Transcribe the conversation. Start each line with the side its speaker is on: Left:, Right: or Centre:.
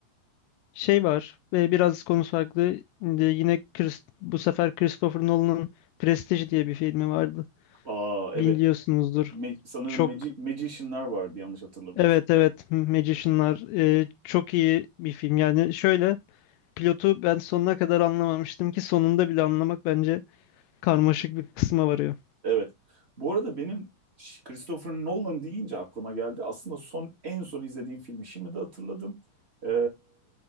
Left: Şey var ve biraz konu farklı. Şimdi Yine Chris- bu sefer Christopher Nolan'ın Prestige diye bir filmi vardı.
Right: Aa
Left: Biliyorsunuzdur.
Right: evet. Me- sanırım
Left: Çok
Right: Magi- Magician'lar vardı yanlış hatırlamıyorsun.
Left: evet evet Magician'lar e, çok iyi bir film. Yani şöyle pilotu ben sonuna kadar anlamamıştım ki sonunda bile anlamak bence karmaşık bir kısma varıyor.
Right: Evet. Bu arada benim Ş- Christopher Nolan deyince aklıma geldi. Aslında son en son izlediğim filmi şimdi de hatırladım. Ee,